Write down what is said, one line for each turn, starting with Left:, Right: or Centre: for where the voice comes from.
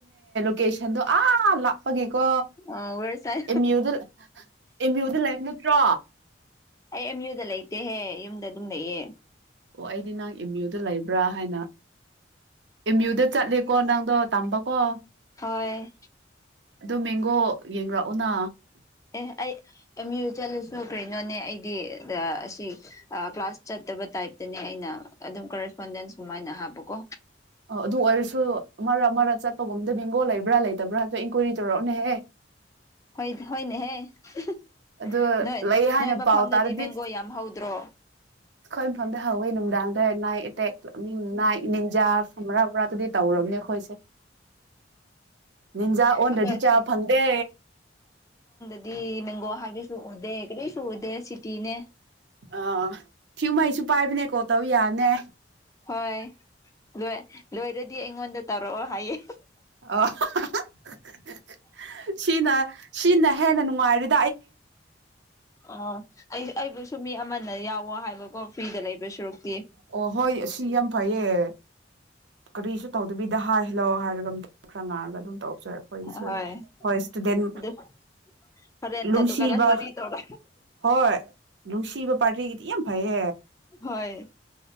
Right: ꯀꯦꯁꯟꯗꯣ ꯑꯥ ꯂꯥꯞꯄꯒꯤ ꯀꯣ
Left: ꯑ ꯋꯦꯔꯁꯥꯏ
Right: ꯑꯦꯝ ꯌꯨꯗ ꯑꯦꯝ ꯌꯨꯗ ꯂꯩꯕ ꯅꯠꯇ꯭ꯔꯣ
Left: ꯑꯩ ꯑꯦꯝ ꯌꯨꯗ ꯂꯩꯇꯦꯍꯦ ꯌꯨꯝꯗ ꯑꯗꯨꯝ ꯂꯩꯌꯦ
Right: ꯑꯣ ꯑꯩꯗꯤ ꯅꯪ ꯑꯦꯝ ꯌꯨꯗ ꯂꯩꯕ꯭ꯔꯥ ꯍꯥꯏꯅ ꯑꯦꯝ ꯌꯨꯗ ꯆꯠꯂꯦꯀꯣ ꯅꯪꯗꯣ ꯇꯝꯕ ꯀꯣ
Left: ꯍꯣꯏ
Right: ꯑꯗꯨ ꯃꯦꯡꯒꯣ ꯌꯦꯡꯔꯑꯣꯅ
Left: ꯑꯦ ꯑꯩ ꯑꯦꯝ ꯌꯨ ꯆꯠꯂꯁꯨ ꯀꯩꯅꯣꯅꯦ ꯑꯩꯗꯤ ꯑꯁꯤ ꯀ꯭ꯂꯥꯁ ꯆꯠꯇꯕ ꯇꯥꯏꯞꯇꯅꯦ ꯑꯩꯅ ꯑꯗꯨꯝ ꯀꯔꯦꯁꯄꯣꯟꯗꯦꯟꯁ ꯁꯃꯥꯏꯅ ꯍꯥꯞꯄꯀꯣ
Right: ꯑꯗꯨ ꯑꯣꯏꯔꯁꯨ ꯃꯔꯛ ꯃꯔꯛ ꯆꯠꯄꯒꯨꯝ ꯑꯝꯗꯕꯦꯡꯒꯣꯜ ꯂꯩꯕ꯭ꯔꯥ ꯂꯩꯇꯕ꯭ꯔꯥꯣ ꯏꯟꯀ꯭ꯋꯥꯏꯔꯤ ꯇꯧꯔꯛꯑꯣꯎꯅꯦꯍꯦ
Left: ꯍꯣꯏ ꯍꯣꯏꯅꯦꯍꯦ <inaudible>
Right: ꯑꯗꯨ
Left: ꯅꯣꯏ
Right: ꯂꯩ ꯍꯥꯏꯅ
Left: ꯅꯣꯏ ꯃꯐꯝꯗꯗꯤ
Right: ꯄꯥꯎ ꯇꯥꯔꯗꯤ
Left: ꯃꯦꯡꯒꯣ
Right: ꯑꯩꯏꯐꯝꯗ
Left: ꯌꯥꯝ ꯍꯧꯗ꯭ꯔꯣ
Right: <unintelligible> ꯍꯧꯋꯦ ꯅꯨꯡꯗꯥꯡꯗ ꯅꯥꯏ ꯑꯦꯇꯦꯛꯝ ꯅꯥꯏ <unintelligible> ꯅꯤꯟꯖꯥ ꯐꯔꯥ <unintelligible> ꯎꯔꯥ ꯑꯗꯨꯗꯤ ꯇꯧꯔꯕꯅꯦ ꯑꯩꯈꯣꯏꯁꯦ ꯅꯤꯟꯖꯥ ꯑꯣꯟꯗ꯭ꯔꯗꯤ
Left: ꯑꯩꯈꯣꯏ
Right: ꯆꯥꯕ ꯐꯪꯗꯦ
Left: ꯗꯤ ꯃꯦꯡꯒꯣ ꯍꯥꯏꯕꯤꯁꯨ ꯎꯗꯦ ꯀꯩꯗꯩꯁꯨ ꯎꯗꯦ ꯁꯤꯇꯤꯅꯦ
Right: ꯑ ꯊꯤꯌꯄꯃꯩꯁꯨ ꯄꯥꯏꯕꯅꯦ ꯀꯣꯜ ꯇꯧ ꯌꯥꯗ ꯅ
Left: ꯍꯣꯏ ꯂꯣꯏ ꯂꯣꯏꯔꯗꯤ ꯑꯩꯉꯣꯟꯗ ꯇꯧꯔꯛꯑꯣ ꯍꯥꯏꯌꯦ
Right: ꯑ <unintelligible> ꯁꯤꯅ ꯁꯤꯅ ꯍꯦꯟꯅ ꯅꯨꯡꯉꯥꯏꯔ
Left: ꯑ ꯑꯩ ꯑꯩꯕꯨ <unintelligible> ꯁꯨꯝ ꯃꯤ ꯑꯃꯅ ꯌꯥꯎꯋꯣ ꯍꯥꯏꯕꯀꯣ ꯐ꯭ꯔꯤꯗ ꯂꯩꯕ ꯁꯨꯔꯨꯛꯇꯤ
Right: ꯑꯣ ꯍꯣꯏ ꯁꯤ ꯌꯥꯝ ꯐꯩꯌꯦ <inaudible> ꯀꯔꯤꯁꯣ ꯇꯣꯗꯨꯕꯤꯗꯍꯥ ꯍꯜꯂꯣ ꯍꯥꯏꯔꯒꯝ <unintelligible> ꯈꯔ ꯉꯥꯡꯉꯒ ꯑꯗꯨꯝ ꯇꯧꯔꯁꯨꯦ ꯑꯩꯈꯣꯏꯒꯤꯁꯨ
Left: ꯍꯣꯏ
Right: ꯍꯣꯏ ꯏꯁꯇꯨꯗꯦꯟ
Left: ꯑꯗꯨ ꯍꯣꯔꯦꯟ
Right: ꯅꯨꯡꯁꯤꯕ
Left: ꯀꯥꯇꯨ ꯀꯥꯔꯟ ꯋꯥꯔꯤ ꯇꯧꯔ
Right: ꯍꯣꯏ ꯅꯨꯡꯁꯤꯕ ꯄꯥꯔꯇꯤ ꯌꯥꯝ ꯐꯌꯦ
Left: ꯍꯣꯏ